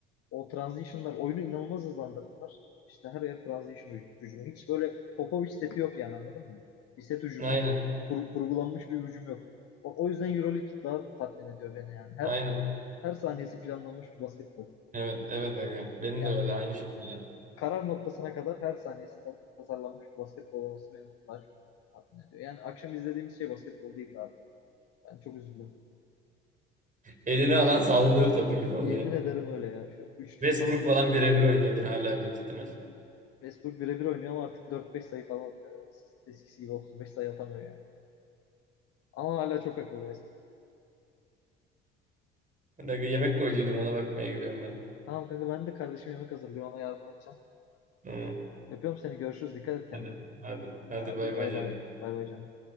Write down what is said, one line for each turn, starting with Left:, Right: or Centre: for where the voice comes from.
Left: O transition'lar oyunu inanılmaz hızlandırdılar. İşte her yer transition hüc- hücumu. Hiç böyle Popovic seti yok yani anladın mı? Bir set hücumu,
Right: Aynen.
Left: kur- kurgulanmış bir hücum yok. O, o yüzden EuroLeague daha tatmin ediyor beni yani.
Right: Aynen.
Left: Her her saniyesi planlanmış bir basketbol.
Right: Evet, evet aga. Benim
Left: Ya
Right: de öyle aynı şekilde.
Left: karar noktasına kadar her saniyesi tasarlanmış bir basketbol olması beni daha çok tatmin ediyor. Yani akşam izlediğimiz şey basketbol değildi abi. Ben çok üzüldüm.
Right: Elini alan sallıyor topu gibi oluyor.
Left: Yemin ederim öyle ya. Şu üçlük
Right: Westbrook
Left: falan
Right: falan birebir oynuyordur hala büyük ihtimal.
Left: Westbrook birebir oynuyor ama artık dört beş sayı falan atıyor. Eskisi gibi 35 sayı atamıyor yani. Ama hala çok akıllı Vesper.
Right: Aga yemek koyduydum ona bakmaya gidiyorum ben.
Left: Tamam kanka ben de kardeşim yemek hazırlıyor ona yardım edeceğim.
Right: Tamam.
Left: Öpüyorum seni görüşürüz dikkat et kendine.
Right: Hadi. Hadi. Hadi
Left: Hadi
Right: bay
Left: bay
Right: bay canım.
Left: bay. Bay bay canım.